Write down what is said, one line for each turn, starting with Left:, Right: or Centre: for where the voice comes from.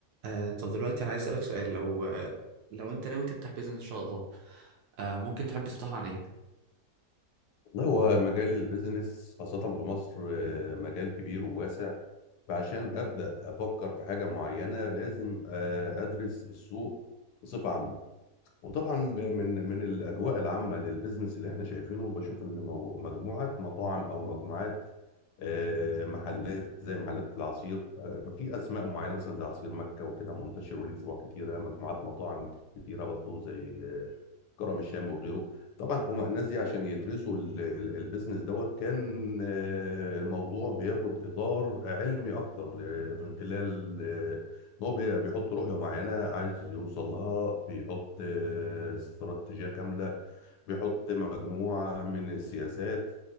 Right: آه طب دلوقتي عايز اسألك سؤال لو لو انت ناوي تفتح بيزنس ان شاء الله آه ممكن تحب تفتحه عن ايه
Left: والله هو مجال البيزنس خاصة في مصر آه، مجال كبير وواسع فعشان أبدأ أفكر في حاجة معينة لازم آه، أدرس السوق بصفة عامة وطبعا من من الاجواء العامه للبيزنس اللي احنا شايفينه بشوف ان مو- مجموعه مطاعم او مجموعات آه، محلات زي محلات العصير آه، في اسماء معينه مثلا زي عصير مكه وكده منتشر وليه فروع كتيره مجموعات مطاعم كتيره برضو زي آه، كرم الشام وغيره طبعا هما الناس دي عشان يدرسوا ال- ال- البيزنس دوت كان آه، الموضوع بياخد اطار علمي اكتر آه، من خلال آه، هو بي- بيحط رؤية معينة عايز يوصل لها بيحط آه، استراتيجية كاملة بيحط مجموعة من السياسات